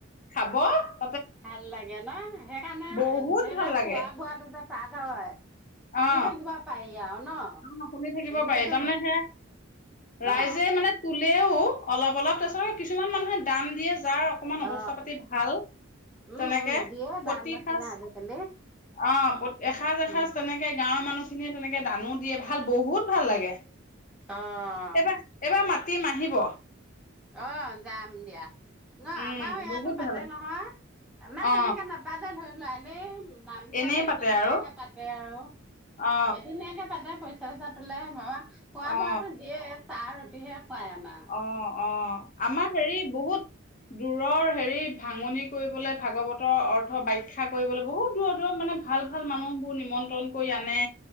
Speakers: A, on the left; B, in the centre.
A: খাব দিব
B: ভাল লাগে ন, সেইকাৰণে
A: বহুত
B: ধৰি
A: ভাল
B: লোৱা
A: লাগে
B: খোৱা বোৱাটো যে তাত হয় শুনি
A: অ
B: থাকিব পাৰি। আৰু ন
A: অ শুনি থাকিব
B: এনেইতো
A: পাৰি তাৰমানে সেয়া, ৰাইজে
B: অ
A: মানে তুলেও অলপ অলপ, তাৰপিছত কিছুমান মানুহে দাম দিয়ে যাৰ অকমান অৱস্থা
B: অ
A: পাতি ভাল
B: উম
A: তেনেকে
B: উম দিয়ে
A: প্ৰতি
B: দান দক্ষিণা
A: সাজ,
B: আজিকালি
A: অ, এসাজ এসাজ
B: উম
A: তেনেকে গাঁৱৰ মানুহ খিনিয়ে তেনেকে দানোঁ ভাল, বহুত ভাল লাগে।
B: অ
A: এইবাৰ, এইবাৰ মাতিম আহিব।
B: অ যাম দিয়া, ন,
A: উম
B: আমাৰোঁ ইয়াতো
A: বহুত
B: পাতে
A: ভাল লাগে।
B: নহয়, আমাৰ
A: অ
B: তেনেকে নাপাটে ধৰি লোৱা, অঁ <unintelligible> নামঘৰত
A: এনেই
B: এদিনিয়াকে
A: পাতে আৰু
B: পাতে আৰু,
A: অ
B: এদিনীয়াকে পাতে পইচা পইচা চ‌ইচা তোলে খোৱা
A: অ
B: বোৱাতো দিয়ে চাহ ৰুটি হে। খোৱাই আমাক
A: অ অ', আমাৰ হেৰি, বহুত দূৰৰ হেৰি ভাঙনি কৰিবলৈ ভাগৱতৰ অৰ্থ ব্যাখ্যা কৰিবলৈ বহুত দূৰৰ দূৰৰ মানে ভাল ভাল মানুহ বোৰ নিমন্ত্ৰণ কৰি আনে।